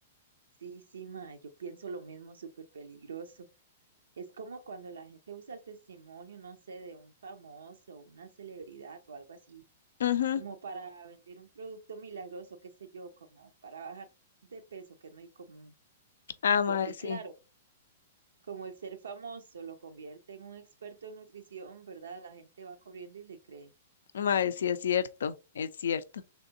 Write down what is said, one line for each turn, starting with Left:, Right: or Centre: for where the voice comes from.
Right: sí, sí, mae, yo pienso lo mismo, súper peligroso. Es como cuando la gente usa el testimonio, no sé, de un famoso, una celebridad o algo así,
Left: Ujú.
Right: como para vender un producto milagroso, qué sé yo, como para bajar de peso, que es muy común.
Left: Ah, mae,
Right: Porque
Left: sí.
Right: claro, como el ser famoso lo convierte en un experto en nutrición, ¿verdad? La gente va corriendo y le cree.
Left: Mae, sí, es cierto, es cierto.